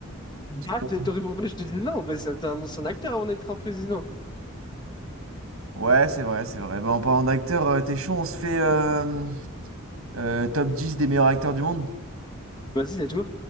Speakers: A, on the right; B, on the left.
A: Parce
B: Ah, t-
A: que-
B: t'aurais- compris, je te dis non, ben c'est un c'est un ancien acteur avant d'être un président.
A: Ouais, c'est vrai, c'est vrai. Bah, en parlant d'acteur, euh, t'es chaud, on se fait. euh, Euh, top 10 des meilleurs acteurs du monde?
B: Vas-y, let's go.